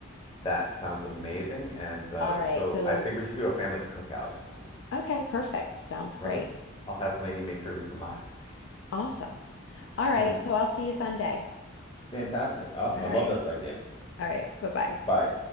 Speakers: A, on the left; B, on the left.
A: That sounds amazing. And uh,
B: All right.
A: so
B: So
A: I think we should do a family cookout or something,
B: Okay, perfect. Sounds great.
A: right? I'll have Lainey make her lucamadas.
B: Awesome. All right,
A: <laughs>
B: so I'll see you Sunday.
A: Fantastic. Awesome.
B: All
A: I
B: right.
A: love this idea.
B: All right. Bye-bye.
A: Bye.